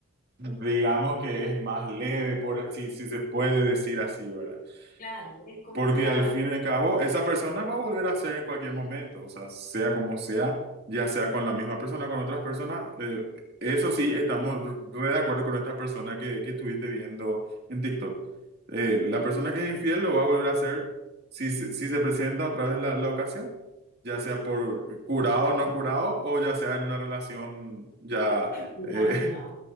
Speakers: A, on the right; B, on the left.
A: digamos que es más leve, por, si, si se puede decir así, ¿verdad?
B: Claro, es como
A: Porque
B: ya
A: al fin y al cabo, esa persona va a volver a ser en cualquier momento, o sea, sea como sea, ya sea con la misma persona, con otras personas. eh, eso sí, estamos re de acuerdo con esta persona que, que estuviste viendo en TikTok. Eh, la
B: eh,
A: persona que es infiel lo va a volver a hacer si, se- si se presenta otra vez la, la ocasión, ya sea por curado o no curado, o ya sea en una relación ya...
B: curado
A: eh,
B: no va,